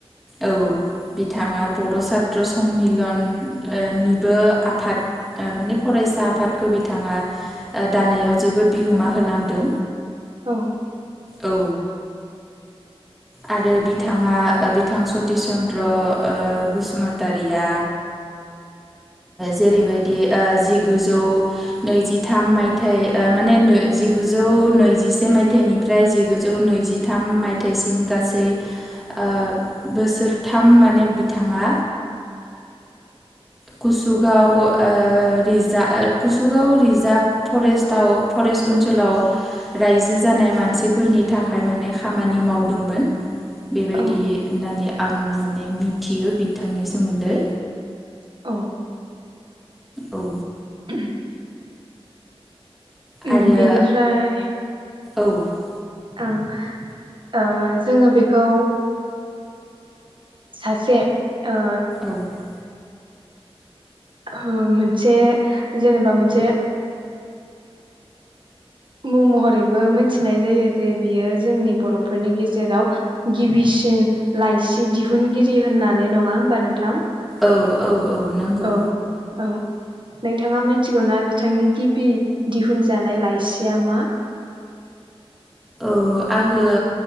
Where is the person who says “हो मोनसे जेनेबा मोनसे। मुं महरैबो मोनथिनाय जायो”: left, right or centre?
Right